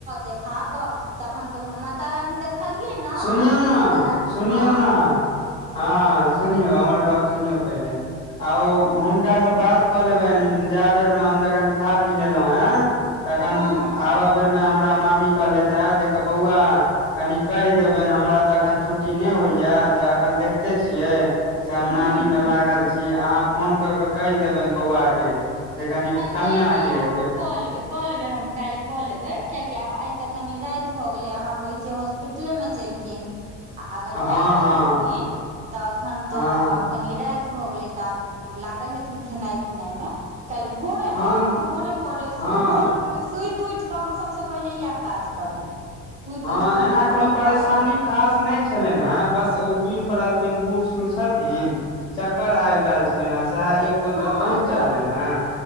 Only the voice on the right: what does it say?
देखा कऽ तहन कहलखिन माता रानी देख देखलियै नऽ
माता रानी
हँ
हँ हँ
हूँ
हूँ
हँ नहि
नहि
आब
कऽ कऽ लेबै कऽ लेबै हम काल्हि कऽ लेबै कियाकि आब आइ तऽ कनि राति भऽ गेलै अहाँ कहैत छियै हॉस्पिटलेमे छेलखिन आ अगर
आयलो हेथिन तऽ अखन
तऽ आब कनि राति भऽ गेलै तऽ आब लागल हेथिन खेनाइ पिनाइ मे काल्हि भोरे
न भोरे भोरे
भोर मे सुति उठि क हम सबसे पहिले यैह काज करबै सुति
उठिकऽ
हुनका
से एक
बात
हँ
ब